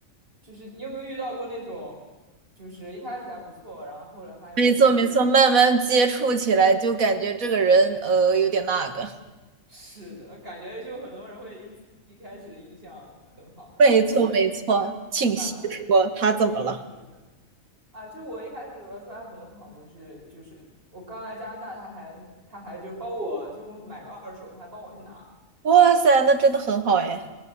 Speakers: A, on the right (about 45°); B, on the right (about 80°).
A: 就是你有没有遇到过那种，就是一开始还不错，然后后来发现不太行
B: 没错，没错，慢慢接触起来就感觉这个人呃有点那个。
A: 是的，呃感觉就很多人会一一开始印象很好，然后后来就
B: 没错，没错，请细说，
A: 慢慢
B: 他怎么了？
A: 是的啊。就我一开始我要说他很好，就是就是我刚来加拿大，他还他还就是帮我，就我买个二手，他还帮我去拿。
B: 哇塞，那真的很好哎。